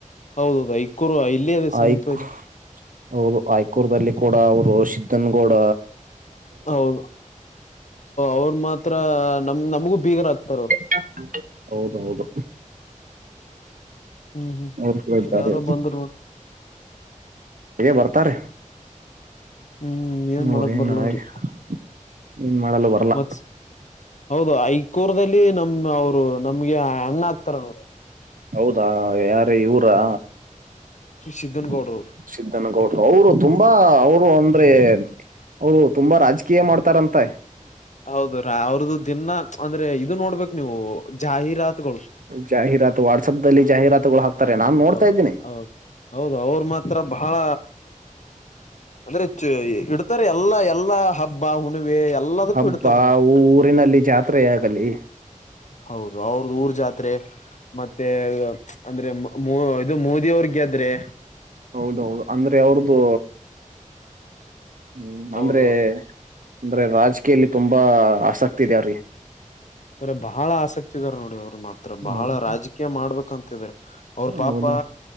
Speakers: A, on the left (about 60°); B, on the right (about 80°).
A: ಹೌದೌದು ಐಕೂರ್ ಇಲ್ಲೇ ಅದೆ ಸನೀಪ
B: ಐಕ್
A: ಇದೆ.
B: ಹೌದು ಐಕೂರ್ ದಲಿ ಕೂಡ ಅವರು ಶಿದ್ದನ್ಗೌಡ.
A: ಹೌದು ಅವರು ಮಾತ್ರ ನಮ ನಮಗೂ ಬೀಗರ್ ಹಕ್ತಾರ ಅವರು.
B: <inaudible> ಹೌದೌದು.
A: ಹ್ಮ್ ಹ್ಮ್
B: ಅವ್ರು ಕೂಡ
A: ಇವ್ರ
B: ಇದ್ದಾರೆ
A: ಯಾರ್ ಬಂದ್ ನೋಡಿ.
B: ಹೇ ಬರ್ತಾರೆ.
A: ಹ್ಮ್
B: <unintelligible>
A: ಏನ್ ಮಾಡಕ್ ಬರ್ಲ ಅವ್ರಿ
B: ಏನ್ ಮಾಡಲ್ಲ ಬರಲ್ಲ.
A: ಮತ್ ಹೌದು ಐಕೂರ್ಲ್ಲಿ ನಮ್ ಅವ್ರು ನಮ್ಗೆ ಅಣ್ಣ ಹಾಕ್ತಾರ.
B: ಹೌದಾ ಯಾರ ಇವರಾ.
A: ನಮ್ ಸಿದ್ದನ್
B: <inaudible>
A: ಗೌಡ್ರು
B: ಸಿದ್ದನಗೌಡರು ಅವರು ತುಂಬಾ ಅವರು ಅಂದ್ರೆ. ಹ ತುಂಬಾ ರಾಜಕೀಯ ಮಾಡ್ತಾರಂತ.
A: ಹೌದು ರ ಅವ್ರದದು ದಿನ ಅಂದ್ರೆ ಇದು ನೋಡ್ಬೇಕು ನೀವು ಜಾಹೀರಾತುಗಳು.
B: ಜಾಹರಾತುಾಟ್ಸ್ಸಪ್ ದಲ್ಲಿ ಜಾಹರಾತು ಹಾಕ್ತಾರೆ ನಾನ್ ನೋಡ್ತಾ
A: ಹೌದು
B: ಇದೀನಿ.
A: ಹೌದು ಹೌದು ಅವರು ಮಾತ್ರ ಬಹಳ ಅಂದ್ರೆ ಇ. ರೆ ಎಲ್ಲ ಎಲ್ಲ. ಹಬ್ಬಾ ಹುಣಿವೆ ಎಲ್ಲದಕ್ಕೂ
B: ಹಬ್ಬ
A: ಇಡ್ತಾರ ನೋಡಿ.
B: ಊರಿನಲ್ಲಿ ಜಾತ್ರೆಯಾಗಲಿ
A: ಹೌದು ಅವ್ರದ್ದ ಊರ್ ಜಾತ್ರೆ ಮತ್ತೆ ಅಂದ್ರೆ. ಮ ಇದು ಮೋದಿ ಅವ್ರ ಗೆದ್ರೆ.
B: ಹೌದೌದು ಅಂದ್ರೆ ಅವ್ರದ್ದು. ಹ್ಞ
A: ಅವರು
B: ಅಂದರೆ ಅಂದರೆ ರಾಜಕೀಯಲ್ಲಿ ತುಂಬ ಆಸಕ್ತಿ ಇದೆವರಿಗೆ.
A: ಬರ ಬಹಳ ಆಸಕ್ತಿ ಇದಾರೆ ನೋಡಿ ಅವರು ಮಾತ್ರ ಬಹಳ
B: ಹೌದು
A: ರಾಜಕೀಯ ಮಾಡ್ಬೇಕಂತಾರೆ. ಅವ್ರ ಪಾಪ
B: ಹೌದು